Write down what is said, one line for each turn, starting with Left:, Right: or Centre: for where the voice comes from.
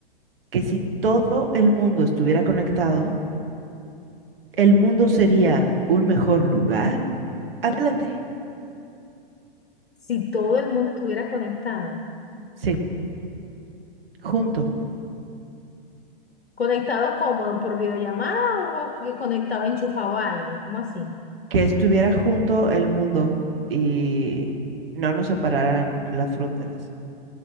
Right: que si todo el mundo estuviera conectado, el mundo sería un mejor lugar? Adelante.
Left: Si todo el mundo estuviera conectado.
Right: Sí, junto.
Left: ¿Conectado como ¿Por videollamada o por- conectado enchufado a algo? ¿Cómo así?
Right: que estuviera junto el mundo y no nos separaran las fronteras.